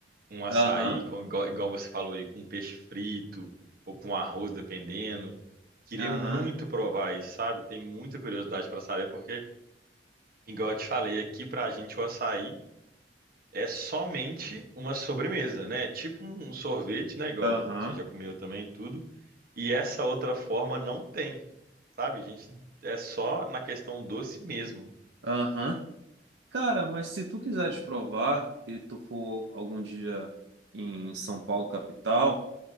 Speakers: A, on the right (about 55°); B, on the right (about 80°).
A: um açaí,
B: Aham,
A: com- igual, igual você falou aí, com peixe frito ou com arroz, dependendo. Queria
B: aham,
A: muito provar isso, sabe? Tem muita curiosidade para saber, porque, igual eu te falei, aqui pra gente o açaí é somente uma sobremesa, né? É Tipo um sorvete, né? Igual
B: aham,
A: você já comeu também e tudo. E essa outra forma não tem, sabe? A gente é só na questão doce mesmo.
B: aham. Cara, mas se tu quiseres provar e tu for algum dia em São Paulo, capital,